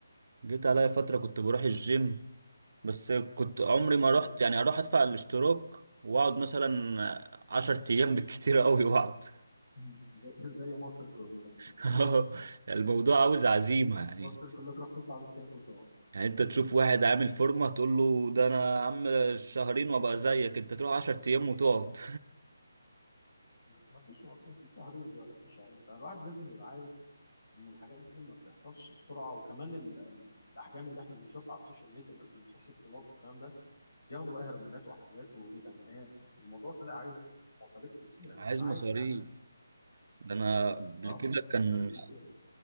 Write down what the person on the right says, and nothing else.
جيت عليا فتره كنت بروح الجيم بس كنت عمري ما
رحت يعني اروح ادفع الاشتراك واقعد مثلا عشر ايام <laughs> بالكتير قوي واقعد
<laughs> الموضوع عاوز عزيمة يعني
يعني انت تشوف واحد عامل فورمة تقول له ده انا يا عم شهرين وابقى زيك انت تروح عشر ايام وتقعد
<laughs>
عايز
مصاريف
ده انا قبل
كده كان